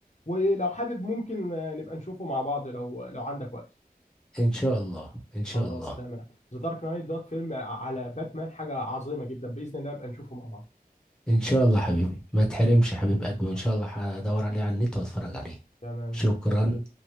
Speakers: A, on the left; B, in the centre.
A: ولو حابب ممكن آه، نبقى نشوفه مع بعض لو لو عندك وقت
B: ان شاء الله ان شاء
A: خلاص
B: الله
A: تمام ذا دارك نايت دوت فيلم على باتمان حاجة عظيمة جدا بإذن الله نبقى نشوفه مع بعض
B: ان شاء الله حبيبي ما تحرمش يا حبيب قلبي وان
A: خلاص
B: شاء الله هدور عليه على النت واتفرج عليه
A: تمام
B: شكرا